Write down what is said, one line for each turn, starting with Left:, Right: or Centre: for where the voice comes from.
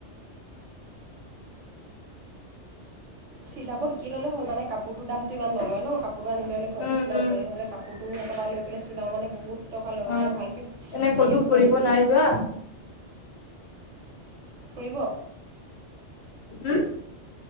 Right: চিলাব শিকি ললে হ'ল মানে কাপোৰ তৰ দামটো ইমান নলয় ন কাপোৰটো আনি ললে ঘৰতে
Left: উম
Right: চিলাব
Left: উম
Right: পাৰি হলে কাপোৰ লোকৰ পৰা লৈকিনে চিলাও মানে বহুত টকা লয়
Left: উম
Right: আৰু ভালকৈ
Left: এনে
Right: হেৰিও
Left: ক'তো
Right: কৰি
Left: ফুৰিব
Right: নিদিয়ে
Left: নাই যোৱা।
Right: ফুৰিব
Left: উম